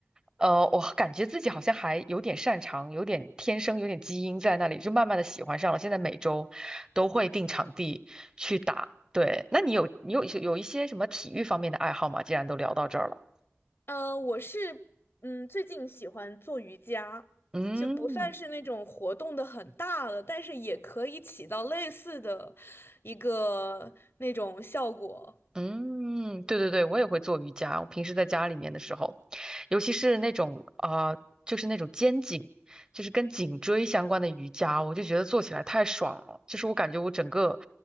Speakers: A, on the right (about 20°); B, on the left (about 60°).
A: 呃，我感觉自己好像还有点擅长，有点天生有点基因在那里，就慢慢的喜欢上了。现在每周都会定场地去打。对，那你有你有有一些什么体育方面的爱好吗？既然都聊到这儿了，
B: 呃，我是嗯最近喜欢做瑜伽，
A: 嗯。
B: 就不算是那种活动的很大的，但是也可以起到类似的一个那种效果。
A: 嗯，对对对，我也会做瑜伽。我平时在家里面的时候，尤其是那种啊、呃就是那种肩颈，就是跟颈椎相关的瑜伽，我就觉得做起来太爽了。就是我感觉我整个